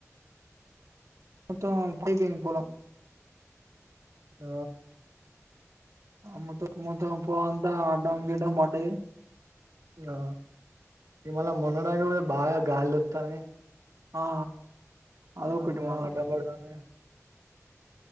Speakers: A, on the right; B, on the right.
A: మొత్తం పైన్ పొలం
B: ఆ
A: ఆ మొత్తం మత్తం పొలం అంతా అడం గిడం పడ్డది
B: ఆ నిన్నలా మొన్న నంకా కూడా బాగా గాల్లెపుతానాయ్
A: ఆ అదొకటి
B: పొలం
A: మళ్ళా
B: అడ్డం పడతాంది